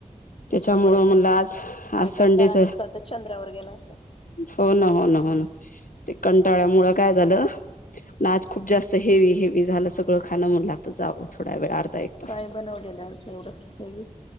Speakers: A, on the left; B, on the left.
A: त्याच्यामुळे
B: त्याच्यामुळं म्हणलं
A: तर.
B: आज आज
A: नाही
B: संडेच
A: कंटाळा नसता, तर चंद्रावर गेला असतो.
B: हो ना हो ना हो ना ते कंटाळ्या मुळं काय झालं ना आज खूप जास्त हेवी हे मी झालं सगळं खाणं म्हणलं, आता जावं थोड्या वेळ आर एक तास.
A: काय बनवलेलं असं एवढं हेवी